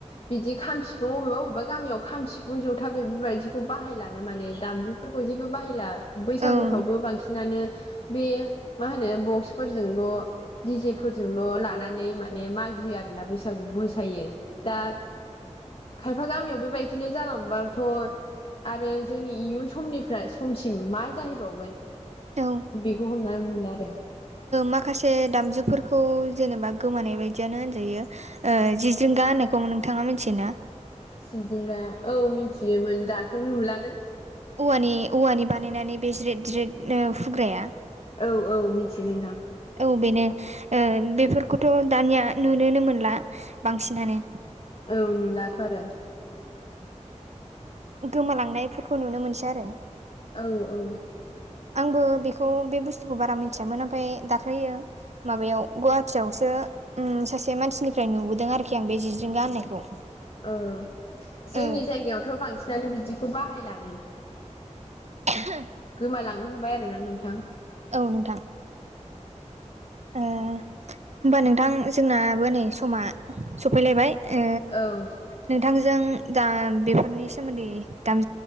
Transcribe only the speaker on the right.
औ
औ ओ
माखासे दामजुफोरखौ जेनेबा गोमानाय बायदियानो होनजायो जि जिंगा होननायखौ नोंथाङा मिथियोना
औवानि औवानि बानायनानै बे ज्रेद ज्रेद फुग्राया
औ बेनो बेफोरखौथ' दानिया नुनोनो मोनला बांसिनानो
गोमालांनायफोरखौ नुनो मोनसै आरो
आंबो बेखौ बे बुस्थुखौ बारा मिथियामोन ओमफ्राय दाख्लैयो माबायाव गुवाहाटियावसो उ सासे मानसिनिफ्राय नुबोदों आरोखि आं बे जि रिंगा होननायखौ
ओ
ह
औ नोंथां होमबा नोंथां जोंनाबो नै समा सफैलायबाय ओ
नोंथांजों दा बेफोरनि सोमोन्दै दाम